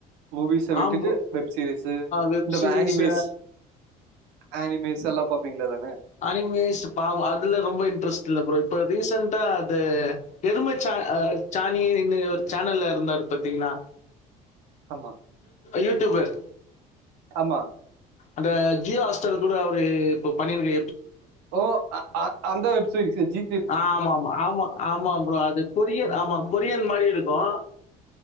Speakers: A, on the right; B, on the left.
A: மூவிஸ விட்டுட்டு
B: ஆம் ப்ரோ
A: வெப் சீரிஸு
B: வெப்
A: இந்த
B: சீரிஸ்
A: வேனிபேஸ் அனிமேஸல்லா பாப்பீங்ள அதா
B: அனிமேஸ் பாவோ அதுல ரொம்ப இன்ட்ரஸ்ட் இல்ல ப்ரோ இப்ப ரீசன்டா அது எருமச்சா ஆஹ் ஜணி இன்னை ஒரு சேனல்ல இருந்தாரு பத்தீங்ளா
A: ஆமா
B: யூடூபர்
A: ஆமா
B: அந்த ஜியா ஹாட் ஸ்டார் கூட அவ்ரு இப்ப பண்ணிருக்
A: ஓ அ அ அந்த வெப் சீரிஸு ஜீ
B: ஆ ஆமாம்மா ஆமா ஆமா ப்ரோ அது கொரிய ஆமா கொரியன் மாரி இருக்கு ஆ